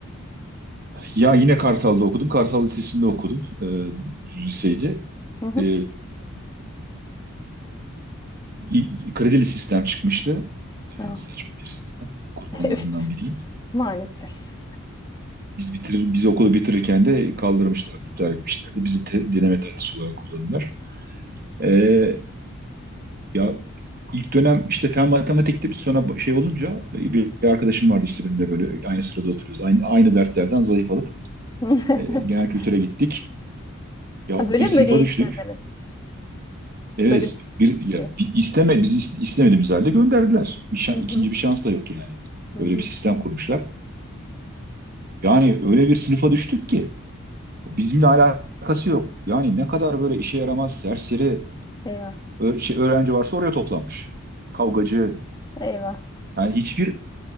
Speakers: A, on the right; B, on the left.
A: Ya yine Kartal'da okudum. Kartal Lisesi'nde okudum. E, liseydi.
B: Hı hı.
A: E, i- kredili sistem çıkmıştı. E,
B: Ah,
A: saçma bir sistem. Kurbanlarından
B: <laughs> evet,
A: biriyim.
B: maalesef.
A: Biz bitirir, biz okulu bitirirken de kaldırmışlardı, iptal etmişlerdi. Bizi de, deneme tatlısı olarak kullandılar. Ee, ya ilk dönem işte fen matematikti. Sonra şey olunca e, bir, bir arkadaşım vardı işte benimle böyle aynı sırada oturuyoruz. Aynı, aynı derslerden zayıf alıp
B: <laughs>
A: e, genel kültüre gittik. Ya
B: Ha, bölüm
A: bir sınıfa
B: mü değiştirdiniz?
A: düştük. Evet,
B: Bölüm değişikliği.
A: bir ya bir isteme bizi is- istemediğimiz halde gönderdiler. Bir şan-
B: Hı hı.
A: ikinci bir şans da yok yani.
B: Hı
A: Öyle
B: hı.
A: bir sistem kurmuşlar. Yani öyle bir sınıfa düştük ki bizimle alakalı alakası yok. Yani ne kadar böyle işe yaramaz, serseri,
B: Eyvah.
A: Ö- şey, öğrenci varsa oraya toplanmış. Kavgacı.
B: Eyvah,
A: Yani hiçbir